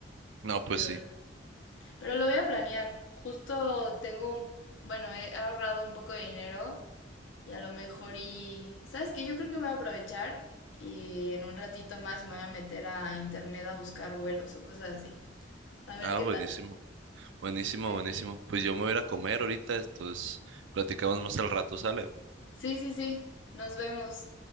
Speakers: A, on the right; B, on the left.
A: No, pues
B: pero
A: sí.
B: Pero lo voy a planear. Justo tengo un, bueno, he ahorrado un poco de dinero y a lo mejor y, ¿sabes qué? Yo creo que voy a aprovechar y en un ratito más me voy a meter a internet a buscar vuelos o cosas así. A ver
A: Ah,
B: qué
A: buenísimo,
B: tal.
A: buenísimo,
B: Pues
A: buenísimo.
B: sí.
A: Pues yo me voy a ir a comer ahorita, entonces platicamos más al rato, ¿sale?
B: Sí, sí, sí. Nos vemos.